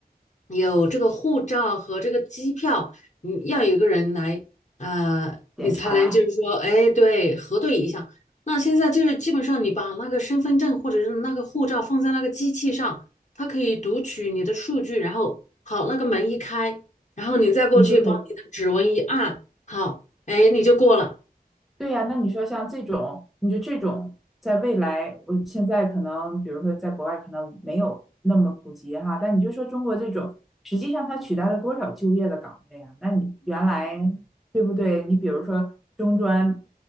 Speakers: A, on the left (about 45°); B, in the centre.
A: 有这个护照和这个机票，你要有一个人来，呃，
B: 点查
A: 你才能就是说，哎，对，核对一下。那现在就是基本上你把那个身份证或者是那个护照放在那个机器上，它可以读取你的数据，然后好，那个门一开，然后你再过去把你的指纹一按，
B: 你就可以。
A: 好，哎，你就过了。
B: 对呀，那你说像这种，你说这种在未来，我现在可能，比如说在国外可能没有那么普及哈，但你就说中国这种，实际上它取代了多少就业的岗位啊？那你原来对不对？你比如说中专